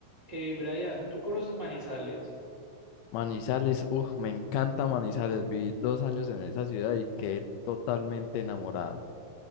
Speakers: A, on the right; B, on the left.
A: Eh, Brian, ¿tú conoces Manizales?
B: Manizales, uff, me encanta Manizales. Viví dos años en esa ciudad y quedé totalmente enamorado.